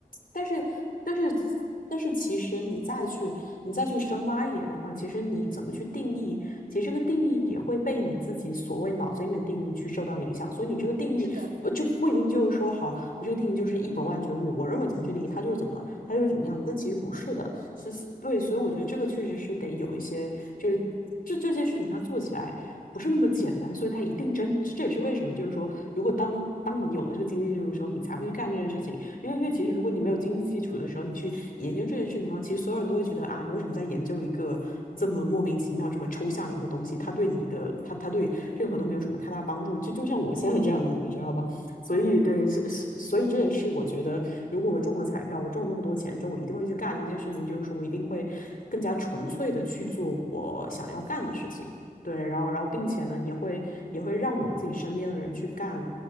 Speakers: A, on the left; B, on the right.
A: 但是但是但是，其实你再去你再去深挖一点的话，其实你怎么去定义，其实这个定义也会被你自己所谓脑子里面定义去受到影响。所以你这个定义呃就不一定就是说，
B: 是的，
A: 好，我这个定义就是一本万卷物，我认为怎么去定义它就是怎么它就是什么样子，但其实不是的。是是，对，所以我觉得这个确实是得有一些，就是这这件事情它做起来。不是那么简单，所以它一定真，这也是为什么，就是说，如果当当你有了这个经济基础的时候，你才会去干这件事情。因为因为其实如果你没有经济基础的时候，你去研究这件事情的话，其实所有人都会觉得啊，你为什么在研究一个这么莫名其妙、这么抽象一个东西？它对你的，它它对任何都没有什么太大帮助。就就像我现在这样子，你知道吧？所以对，所是，所以这也是我觉得，如果我中了彩票，我中了那么多钱之后，我一定会去干的一件事情，就是说我一定会更加纯粹的去做我想要干的事情。对，然后然后并且呢，
B: 嗯
A: 也会也会让我自己身边的人去干